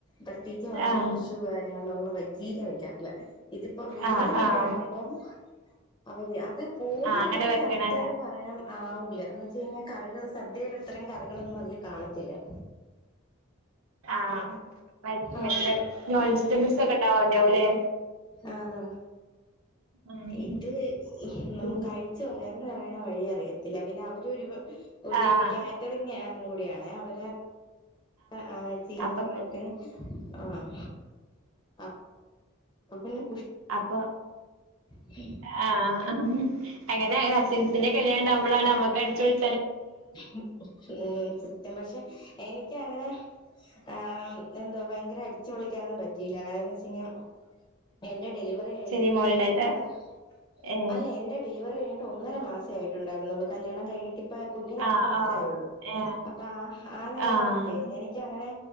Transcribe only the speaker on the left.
പ്രത്യേകിച്ച് ഓണം
വിഷു കാര്യങ്ങളിലൊന്നും- വൈച്ചീര വെക്കാറില്ല- ഇതിപ്പോ വിരുന്നിനൊക്കെ
ആകുമ്പം അവര് അത്- പൂർണ്ണായിട്ട്
സദ്യ പറയാൻ ആവൂല എന്ന് വെച്ച കഴിഞ്ഞാൽ കറികള് സദ്യ ടത്രയും കറികളൊന്നും അതില് കാണത്തില്ല-
ആഹ്
ആഹ്
ഇത് നമ്
കഴിച്ച വയറ് നെറയണ വഴി അറിയത്തില്ല പിന്നെ അവര് ഒരു
കാറ്ററിംഗാ- രുംകൂടിയാണെ അവര്- ആഹ് ആഹ്
<unintelligible> ആഹ് അ അപ്പ പിന്നെ
<unintelligible>
മ്മ് സത്യം പഷേ എനിക്ക് അങ്ങനെ ആഹ് എന്തോ ഭയങ്കര അടിച്ചു പൊളിക്കാനൊന്നും പറ്റില്ല കാരണം വെച്ച് കഴിഞ്ഞാ എന്റെ ഡെലിവറി കഴിഞ്ഞ്
ഒന്നര
അല്ല എൻ്റെ ഡെലി ലിവറി കഴി ട്ട് ഒന്നര മാസെ ആയിട്ടോണ്ടാരുന്നോള്ളു കല്യാണം കഴിഞ്ഞിട്ട് ഇ പ്പോ കുഞ്ഞിന് ആറുമാസെ
ആയൊള്ളു
അപ്പ ആഹ് ആ നേരം
ആയോണ്ടേ എനിക്ക് അങ്ങനെ